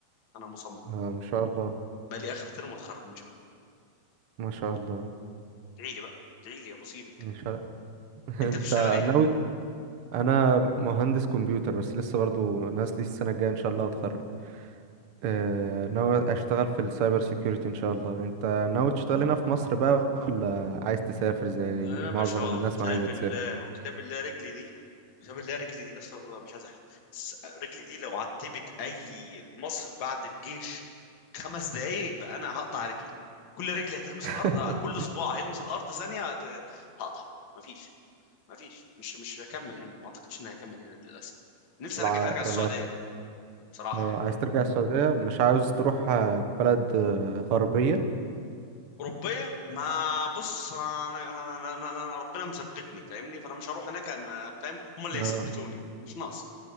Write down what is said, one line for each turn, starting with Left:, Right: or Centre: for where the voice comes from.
Left: انا مصمم
Right: اه ما شاء الله
Left: بقى لي اخر ترم واتخرج ان شاء الله
Right: ما شاء الله
Left: ادعي لي بقى ادعي لي يا ابو سيدك
Right: ما شاء انت
Left: انت بتشتغل ايه
Right: ناوي انا مهندس كمبيوتر بس لسه برضو ناقص لي السنه الجايه ان شاء الله واتخرج اه، ناوي اشتغل في السايبر سيكيورتي ان شاء الله انت ناوي تشتغل هنا في مصر بقى ولا عايز تسافر زي
Left: لا يا
Right: معظم
Left: باشا هو
Right: الناس
Left: كتاب
Right: ما عايزه
Left: الله
Right: تسافر
Left: وكتاب الله رجلي دي كتاب الله رجلي دي استغفر الله مش عايز احلف بس رجلي دي لو عتبت اي مصر بعد الجيش خمس دقايق بقى انا هقطع رجلي كل رجل هتلمس
Right: <laughs>
Left: الارض آه، كل صباع هيلمس الارض ثانيه هت- هقطع مفيش مفيش مش مش هكمل هنا ما اعتقدش اني هكمل هنا للاسف نفسي
Right: ولا
Left: ارجع
Right: ع-
Left: ارجع
Right: ولا
Left: السعوديه بصراحه
Right: اه،
Left: يعني
Right: عايز ترجع السعوديه مش عاوز تروح اه، بلد اه، غربيه
Left: اوروبيه ما بص انا انا انا, أنا, أنا, أنا أنا ربنا مثبتني فاهمني فانا مش هروح هناك أما- فاهم هم اللي
Right: اه
Left: يثبتوني مش ناقص